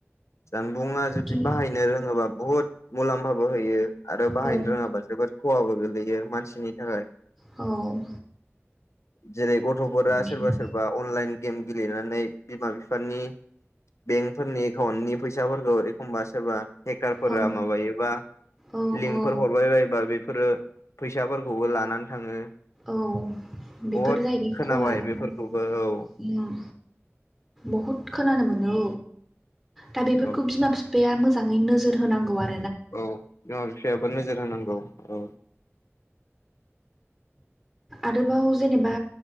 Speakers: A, on the left; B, in the centre.
A: जानबुंङा जुदि
B: खि
A: बाहायनो रोङोबा बुहुद मुलाम्फाबो होयो आरो बाहायनो
B: औ
A: रोङाबा जोबोद खवाबो गोलैयो मानसिनि थाखाय
B: औ
A: जेरै गथ'फोरा
B: बेनो
A: सोरबा सोरबा अनलाइन गेम गेलेनानै बिमा बिफानि बेंकफोरनि न नि फैसाफोरखौ एखमबा सोरबा हेकारफोरा
B: औ
A: माबायोबा
B: औ
A: लिंकफोर
B: औ
A: हरबाय बायोबा बे- फोरो फैसाफोरखौबो लानानै थाङो
B: औ बेफोर
A: बहुद
B: जाहैबाय
A: खोनाबाय
B: खहा
A: बेफोरखौबो औ
B: बहुद खोनानो मोनो दा बेफोरखौ
A: औ
B: बिमा बिफाया मोजाङै नोजोर होनांगौआनो
A: औ बिमा बिफायाबो नोजोर होनांगौ औ
B: आरोबाव जेनेबा